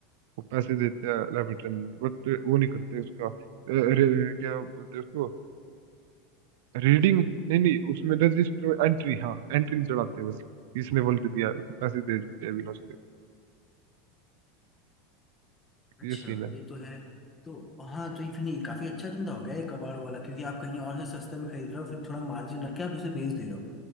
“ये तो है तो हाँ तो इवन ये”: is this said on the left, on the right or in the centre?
Left